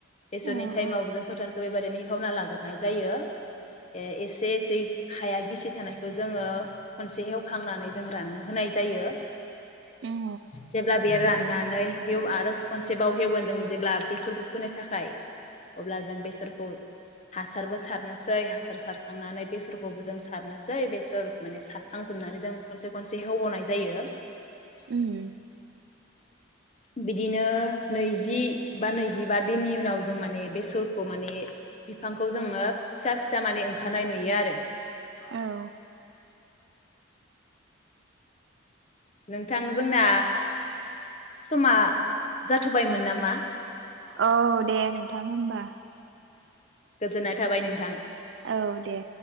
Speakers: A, on the left (about 35°); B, on the right (about 60°).
A: बेसरनि
B: औ औ
A: टाइमावबो जों फोथार खो बेबादिनो हेवना लाग्रोनाय जायो ए एसे एसे हाया गिसि थानायखौ जोङो खनसे हेवखांनानै जों राननो होनाय जायो।
B: उम
A: जेब्ला बेयो रानना नै हेव आरो खनसेबाव हेवगोन जों जेब्ला बेसरखौ फोनो थाखाय अब्ला जों बेसरखौ हासारबो सारनोसै हासार सारखांनानै बेसरखौबो जों सारनोसै बेसर माने सारखांजोबनानै जों खनसे खनसे हेवबावनाय जायो
B: उम
A: बिदिनो नैजि बा नैजिबा दिननि उनाव जों माने बेसरखौ माने बिफांखौ जोङो फिसा फिसा माने ओंखारनाय नुयो आरो
B: औ
A: नोंथां जोंना समा जाथ'बायमोन नामा?
B: औ दे नोंथां होनबा
A: गोजोन्नाय थाबाय नोंथां।
B: औ दे।